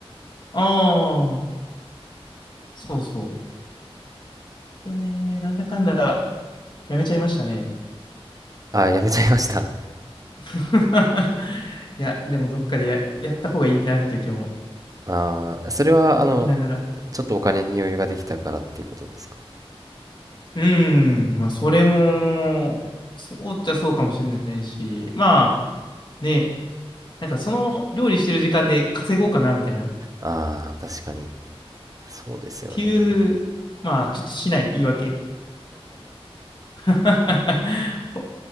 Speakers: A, on the left; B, on the right.
A: ああ、そうそう。でもね、なんだかんだやめちゃいましたね。
B: ああ、やめちゃいました。
A: <laughs> いや、でもどっかでや、やった方がいいなっていう気も
B: ああ、それは、あの、
A: しながら。
B: ちょっとお金に余裕ができたからっていうことですか。
A: うーん、まあそれも、そうっちゃそうかもしれないし、まあね、なんかその料理してる時間で稼ごうかなみたいな。っ
B: ああ、確かに。そうですよね。
A: ていう、まあちょっとしない言い訳。<laughs> ほ、